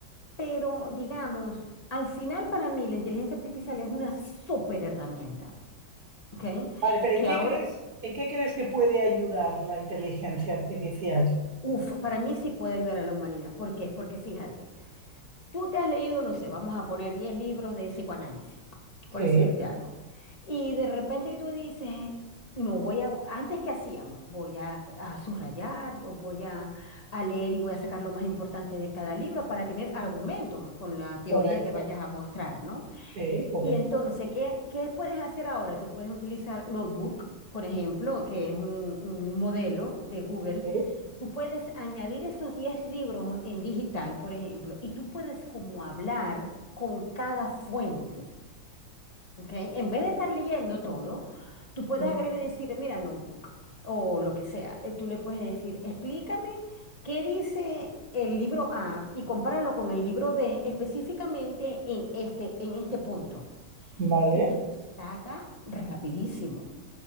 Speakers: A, on the left (about 20°); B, on the right (about 55°).
A: pero digamos, al final para mí la inteligencia artificial es una súper herramienta, ¿ok?
B: Vale, pero
A: Que
B: ¿en qué
A: ahora,
B: crees, en qué crees que puede ayudar la inteligencia artificial?
A: uff, para mí sí puede ayudar a la humanidad. ¿Por qué? Porque fíjate, Tú te has leído, no sé, vamos a poner 10 libros de psicoanálisis,
B: Sí,
A: por decirte algo. Y de repente tú dices, no voy a, antes que hacíamos, voy a, a subrayar, o voy a, a leer y voy a sacar lo más importante de cada libro para tener argumentos con la teoría
B: correcto,
A: que vayas a mostrar, ¿no?
B: sí, correcto,
A: Y entonces, ¿qué, qué puedes hacer ahora? Tú puedes utilizar Notebook, por ejemplo, que es un, un modelo de Google.
B: sí,
A: Tú puedes añadir esos 10 libros en digital, por ejemplo, y tú puedes como hablar con cada fuente, ¿ok? En vez de estar leyendo todo, tú puedes
B: sí,
A: agregar y decir, mira, Notebook, o lo que sea. Eh, Tú le puedes decir, explícame qué dice el libro A y compáralo con el libro B específicamente en este, en este punto
B: vale,
A: y te lo saca rapidísimo,